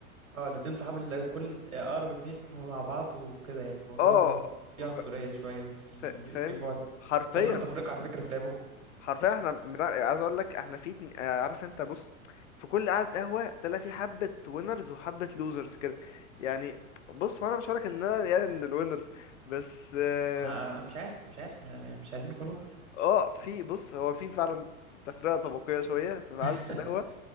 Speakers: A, on the right; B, on the left.
A: اه الاتنين صحاب اللي كل اقرب اتنين مع بعض وكده يعني الموضوع
B: <laughs> اه
A: فيه
B: ف...
A: عنصرية شوية في
B: ف- فاهمني
A: في بعد
B: حرفيا
A: بتعملوا تفرقة على فكرة في لعبكم
B: حرفيا احنا بنلع- عايز اقول لك احنا في اتن- آه، عارف انت بص في كل قعدة قهوة تلاقي في حبة وينرز وحبة لوزرز كده يعني بص هو انا مش هقولك ان انا يعني من الوينرز بس اه
A: ما مش عارف مش عارف ما- مش عايزين خروج
B: آه، في بص هو في فعلا تفرقة طبقية شوية في قعدة
A: <laughs>
B: القهوة